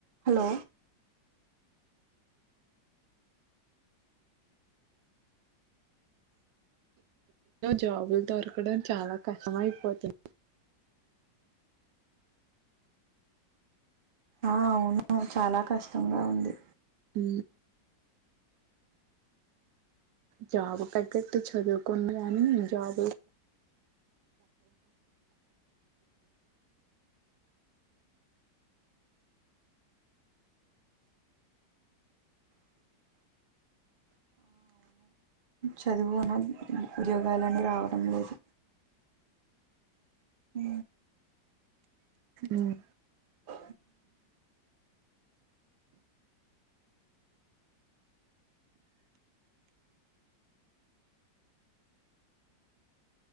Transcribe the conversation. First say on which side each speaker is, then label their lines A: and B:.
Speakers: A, on the right; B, on the right.
A: Hello
B: జాబుల్ దొరకడం చాలా కష్టం అయిపోతుంది
A: ఆ అవును చాలా కష్టంగా ఉంది
B: హు జాబ్ కగ్గట్టు చదువుకున్నా కాని జాబ్...
A: చదువున్న. ఉద్యోగాలన్నీ. రావడం లేదు. హు
B: ఉమ్,
A: ఊ